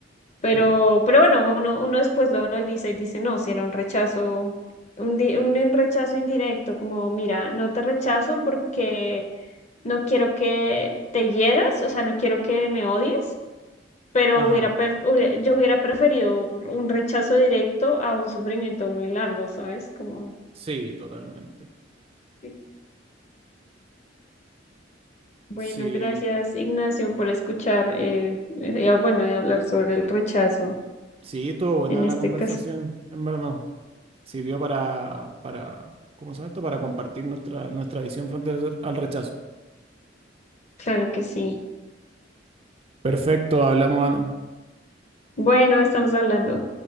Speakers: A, on the left (about 40°); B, on the right (about 30°).
A: Pero,
B: Sí.
A: pero bueno, uno, uno después lo analiza y dice, no, si era un rechazo, un, di- un rechazo indirecto, como, mira, no te rechazo porque no quiero que te hieras, o sea, no quiero que me odies, pero
B: Ajá.
A: hubiera, per- hubiera- yo hubiera preferido un rechazo directo a un sufrimiento muy largo, ¿sabes? Como...
B: Sí, totalmente.
A: sí. Bueno,
B: Sí,
A: gracias Ignacio por escuchar, eh, eh, eh, bueno, y hablar sobre el rechazo
B: sí, estuvo buena
A: en
B: la
A: este
B: conversación,
A: caso.
B: en verdad. Sirvió para, para, ¿cómo se llama esto? Para compartir nuestra, nuestra visión frente al al rechazo.
A: Claro que sí.
B: Perfecto, hablamos, Ana.
A: Bueno, estamos hablando.